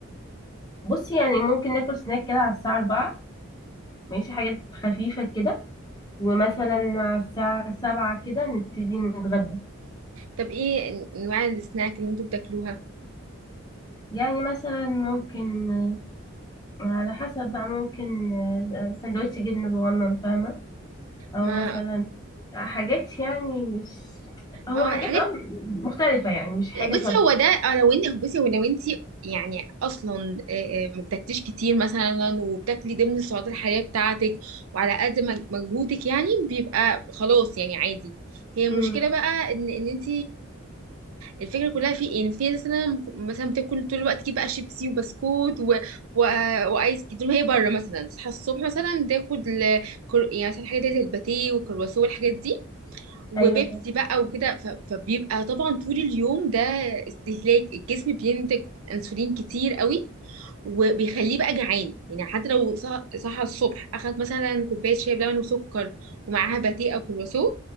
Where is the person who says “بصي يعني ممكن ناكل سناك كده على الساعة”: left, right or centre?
Left